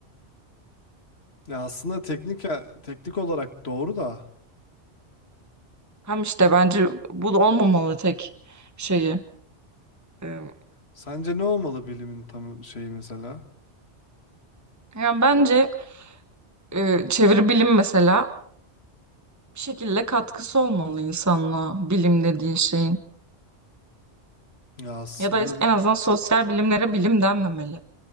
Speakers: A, on the left; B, on the right.
A: Ya aslında teknik, teknik olarak doğru da.
B: Hem işte bence bu da olmamalı tek şeyi. Ee,
A: Sence ne olmalı bilimin tam şeyi mesela?
B: Yani bence e, çeviri bilim mesela bir şekilde katkısı olmalı insanlığa bilim dediğin şeyin.
A: Ya aslında
B: Ya da
A: bi-
B: en azından sosyal bilimlere bilim denmemeli.